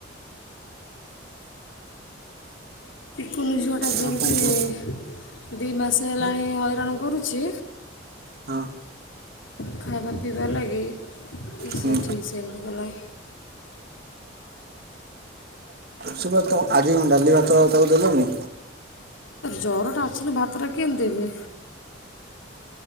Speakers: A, on the left; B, on the right.
A: କୁନ ଝିଅଟା ଯେମିତି
B: ଆଉ କ'ଣ କୁହ
A: ଦି ମାସେ ହେଲାଣି
B: ହଁ
A: ହଇରାଣ କରୁଛି।
B: ହଁ।
A: ଖାଇବା ପିଇବା ଲାଗି ଏସା
B: ହୁଁ।
A: ଠିକ୍ ସେ ମିତି କଲା।
B: ସେଟା କଣ ଆଜି ଡାଲି ଭାତ ତାକୁ ଦେଲନି?
A: ଜର ଟା ଅଛି ଭାତ ଟା କେମିତି ଦେବେି।